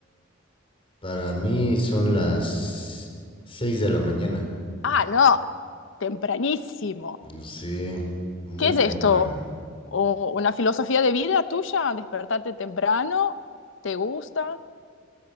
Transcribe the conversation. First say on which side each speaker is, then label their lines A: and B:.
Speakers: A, on the left; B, on the left.
A: para mí son las 6 de la mañana.
B: Ah, no, tempranísimo.
A: Sí, muy
B: ¿Qué es
A: temprano.
B: esto? ¿O una filosofía de vida tuya? ¿Despertarte temprano? ¿Te gusta?